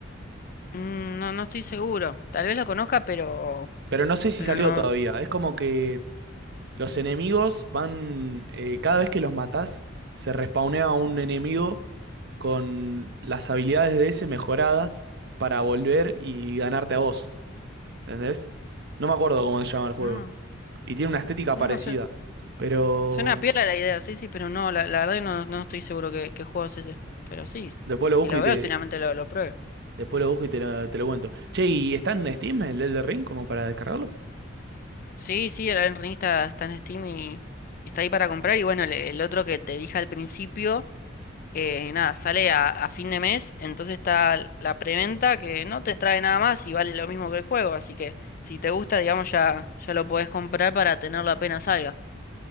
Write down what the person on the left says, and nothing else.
Mm, no, no estoy seguro. Tal vez lo conozca, pero,
pero
no,
no,
no,
no sé.
Suena piola la idea, sí, sí, pero no, la, la verdad que no, no estoy seguro qué, qué juego es ese. Pero sí,
si lo
veo, seguramente lo, lo pruebe.
Sí, sí, el Elden Ring está, está en Steam y, y está ahí para comprar. Y bueno, el, el otro que te dije al principio. Eh, nada, sale a, a fin de mes, entonces está l- la preventa que no te trae nada más y vale lo mismo que el juego, así que si te gusta, digamos, ya, ya lo podés comprar para tenerlo apenas salga.